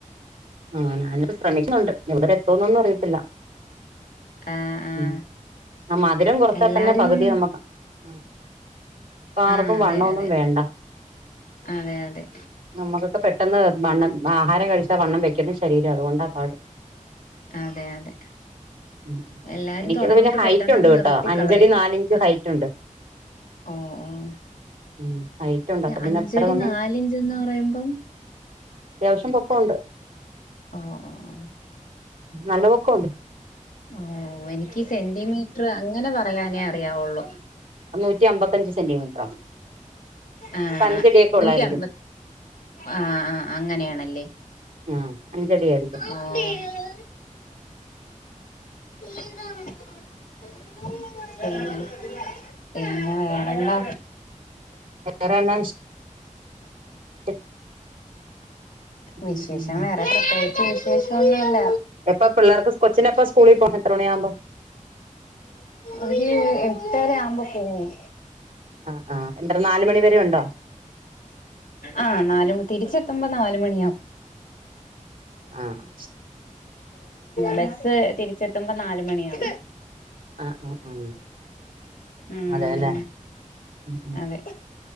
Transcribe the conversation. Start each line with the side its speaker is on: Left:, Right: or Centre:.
Right: ആഹ് ഞാനിപ്പോ ശ്രമിക്കുന്നുണ്ട് എവിടെ വരെ എത്തൂന്നൊന്നും അറിയത്തില്ല
Left: ആഹ് ആഹ്
Right: ഉം ആ മധുരം കുറച്ചാ
Left: എല്ലാരും
Right: തന്നെ പകുതി നമ്മക്ക് ആ ഇപ്പോ ആർക്കും
Left: ആഹ് അതെ
Right: വണ്ണവൊന്നും
Left: അതെ
Right: വേണ്ട
Left: അതെ അതെ
Right: നമ്മുക്കൊ ക്കെ പെട്ടെന്ന് വണ്ണം ആഹാരം കഴിച്ചാൽ വണ്ണം വെയ്ക്കുന്ന ശരീരവാ അതുകൊണ്ടാ പാട്
Left: അതെ അതെ
Right: ഉം ഉം ഉം.
Left: എല്ലാരും
Right: എനിക്കൊക്കെ
Left: തൊടങ്ങിട്ട്
Right: പിന്നെ ഹൈറ്റ്
Left: പെട്ടെന്ന്ങ്ങ്
Right: ഉണ്ട് കേട്ടോ
Left: നിർത്തി
Right: അഞ്ചടി
Left: കളയും
Right: നാലിഞ്ച്
Left: ആഹ്
Right: ഹൈറ്റ് ഉണ്ട്
Left: ഓഹ് ഓഹ്
Right: ഉം ഹൈറ്റ് ഉണ്ട് അപ്പൊ പിന്നെ
Left: അഞ്ചടി
Right: അത്ര വണ്ണം
Left: നാലിഞ്ചന്ന് പറയുമ്പം
Right: അത്യാവശ്യം പൊക്കൊണ്ട്
Left: ഓ ഓ ഓ
Right: നല്ല പൊക്കൊണ്ട്
Left: ഓ എനിക്ക് ഈ സെന്റിമീറ്റർ അങ്ങനെ പറയാനേ അറിയാവുള്ളൂ
Right: നൂറ്റി അമ്പത്തിയഞ്ച് സെന്റിമീറ്ററോ
Left: ആഹ്
Right: അപ്പൊ അഞ്ചടിയൊക്കെ
Left: ആഹ്
Right: ഒള്ളായിരിക്കും
Left: നൂറ്റി അമ്പ ആഹ് ആഹ് അങ്ങനെയാണല്ലേ
Right: ആഹ് അഞ്ചടിയായിരിക്കും
Left: ഓ പിന്നെ പിന്നെ പിന്നെ വേറെന്താ
Right: വേറെന്നാ വി
Left: വിശേഷം
Right: ഉം ഉം
Left: വേറെ പ്രത്യേകിച്ച് വിശേഷ ഒന്നുല്ല
Right: എപ്പൊ പിള്ളേർക്ക് കൊച്ചിന് എപ്പോ സ്കൂളി പോണം എത്ര മണിയാവുമ്പോൾ
Left: ഒരു എട്ടര ആവുമ്പോ പോവും
Right: ആ ആ എത്ര നാല് മണി വരെ ഉണ്ടോ
Left: ആഹ് നാല് തിരിച്ചെത്തുമ്പോ നാല് മണിയാവും
Right: ആഹ്
Left: ബസ് തിരിച്ചെത്തുമ്പോ നാലുമണിയാ
Right: ആ ആ ആ
Left: ഉം
Right: അതെല്ലേ ഉം
Left: അതെ